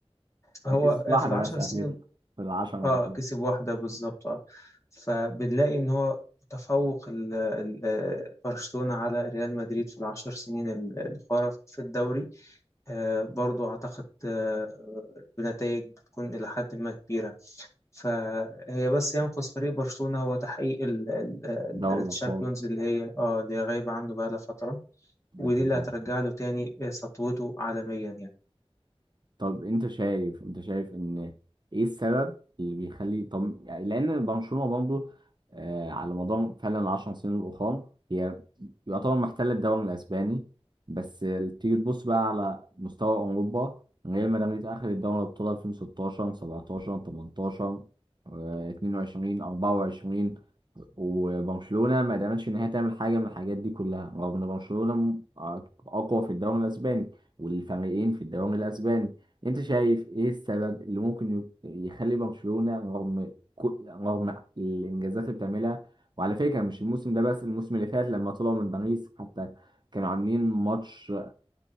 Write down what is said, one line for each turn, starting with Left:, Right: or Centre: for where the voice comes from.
Left: فهو
Right: أكيد مش واحدة
Left: في العشر
Right: بس أتلتيكو
Left: سنين
Right: في العشرة
Left: آه
Right: الأفضل
Left: كسب واحدة بالظبط آه. فبنلاقي إن هو تفوق ال- ال- آه، برشلونة على ريال مدريد في العشر سنين ال- الأخرى في الدوري آه، برضو أعتقد آه، بنتائج بتكون إلى حد ما كبيرة فهي بس ينقص فريق برشلونة هو تحقيق ال- ال- ال-
Right: دوري
Left: الشامبيونز
Right: الأبطال
Left: اللي هي اه اللي هي غايبة عنه بقالها فترة
Right: بقت
Left: ودي
Right: الحب
Left: اللي هترجع له تاني آه، سطوته عالميا يعني
Right: طب انت شايف انت شايف ان ايه السبب اللي بيخلي طب يعني لان برشلونه برضه آه على مدار فعلا العشر سنين الاخرى هي يعتبر محتله الدوري الاسباني بس ال- تيجي تبص بقى على مستوى اوروبا ريال مدريد اخذ الدوري الابطال 2016 17 18 آه، 22 24 وبرشلونة ما قدرتش إن هي تعمل حاجة من الحاجات دي كلها رغم إن برشلونة م- آه، أقوى في الدوري الأسباني والفريقين في الدوري الأسباني أنت شايف إيه السبب اللي ممكن ي- يخلي برشلونة رغم كل رغم الإنجازات اللي بتعملها وعلى فكرة مش الموسم ده بس الموسم اللي فات لما طلعوا من باريس حتى كانوا عاملين ماتش